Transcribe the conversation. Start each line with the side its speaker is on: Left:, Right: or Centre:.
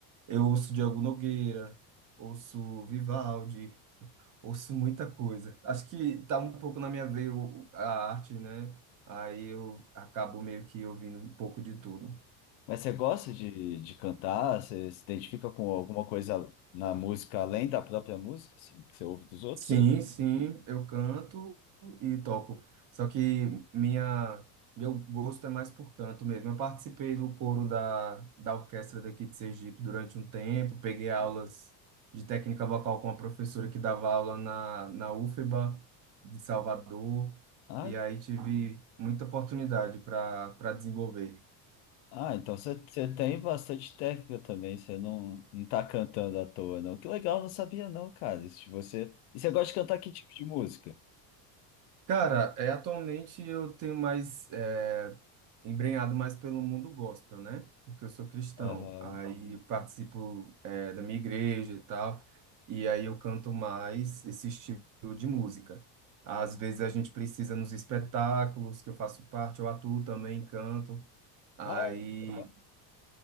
Right: Eu ouço Diogo Nogueira, ouço Vivaldi, ouço muita coisa. Acho que tá um pouco na minha veia o- a arte, né? Aí eu acabo meio que ouvindo um pouco de tudo.
Left: Mas você gosta de, de cantar? Você se identifica com alguma coisa na música além da própria música, assim, que você ouve dos outros?
Right: Sim, sim, eu canto e toco. Só que minha, meu gosto é mais por canto mesmo. Eu participei do coro da, da orquestra daqui de Sergipe durante um tempo, peguei aulas de técnica vocal com uma professora que dava aula na, na UFBA de Salvador,
Left: Ah,
Right: e aí tive muita oportunidade para para desenvolver.
Left: ah, então você, você tem bastante técnica também, você não, não tá cantando à toa, não. Que legal, não sabia não, cara. Isso de você... E você gosta de cantar que tipo de música?
Right: Cara, é, atualmente eu tenho mais é, embrenhado mais pelo mundo gospel, né? Porque eu sou cristão,
Left: Aham.
Right: aí eu participo é, da minha igreja e tal, e aí eu canto mais esse estilo de música. Às vezes a gente precisa nos espetáculos que eu faço parte, eu atuo também, canto. Aí,
Left: Ah, é, legal.